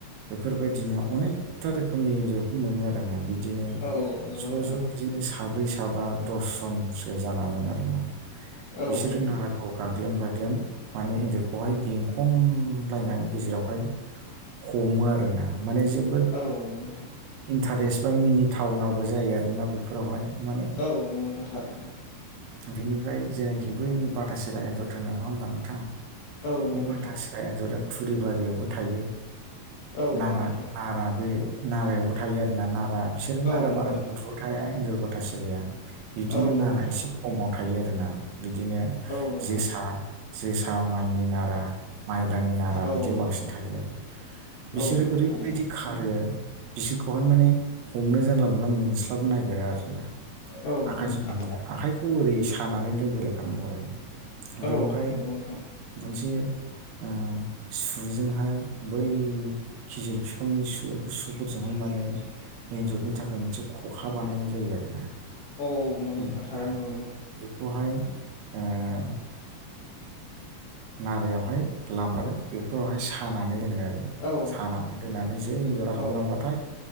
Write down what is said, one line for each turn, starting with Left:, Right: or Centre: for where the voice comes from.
Right: बेफोरबायदिनो अनेकथा रो खोमनि एनजरखौ मोनो आरो ना बिदिनो
Left: औ औ नंगौ
Right: ज'
Left: नोंथां
Right: ज' बिदिनो साब्रै साबा दसजनसो जानानै आरोना
Left: औ
Right: बिसोरजों
Left: नंगौ नोंथां
Right: नारा अ गाग्लेम गाग्लेम माने एन्जरखौहाय बेंखमलायनानै गेजेरावहाय हमो आरोना माने जोबोद
Left: औ नंगौ नोंथां।
Right: इन्टारेस्ट बा मिनि टाउनाबो जायो आरोना बेफोरावहाय माने
Left: औ नंगौ नोंथां थारैनो
Right: बिनिफ्राय जेनाखि बै बाथा सेरा एन्जर होनो नङा होनोमबा नोंथां।
Left: औ नंगौ
Right: बे
Left: नोंथां
Right: माथासिरा एन्जरा थुरिबारियावबो थायो।
Left: औ
Right: नारा
Left: नंगौ नोंथां
Right: नारा बे नारायावबो थायो आरोना नारा बिसोरो
Left: औ
Right: नारा
Left: नंगौ
Right: बारा
Left: नोंथां
Right: गुद्रुाव थाया एन्जर बाथा सिरिया। बिबदिनो
Left: औ नंगौ
Right: नारा
Left: नोंथां
Right: एसे खमाव थायो आरोना बिदिनो
Left: औ नोंथां
Right: जोसा जोसा माइनि नारा। माइब्रानि नारा
Left: औ
Right: बिदियाव
Left: नंगौ
Right: बांसिन
Left: नोंथां
Right: थायो आरो बिसोरो
Left: औ नोंथां
Right: ओरैबायदि
Left: थारैनो
Right: खारो। बिसोरखौहाय माने हमनो जानला मोनला मोनस्लाब नागिरा आरो ना
Left: औ
Right: आखाइजों
Left: नंगौ नोंथां
Right: हमनो। आखाइखौ ओरै सानानै दोनग्रोलायखानांगौ आरो ना। बेवहाय
Left: औ नंगौ नोंथां
Right: मोनसे ओ सुजोंहाय बै खिजुर बिफांनि सु सु फोरजोंहाय माने एन्जरनि थाखाय मोनसे खखा बानायनाय जायो आरो ना।
Left: औ नंगौ
Right: <unintelligible>
Left: नोंथां थारैनो नंगौ
Right: बेखौहाय ओ नारायावहाय लामारो बेफोरावहाय सानानै दोनो आरो।
Left: नंगौ
Right: सानानै दोननानै जौ एन्जरा हाबलांबाथाय
Left: औ